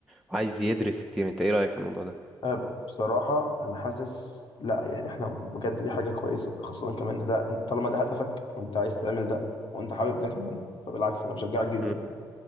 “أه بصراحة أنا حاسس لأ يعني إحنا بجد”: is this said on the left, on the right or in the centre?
Left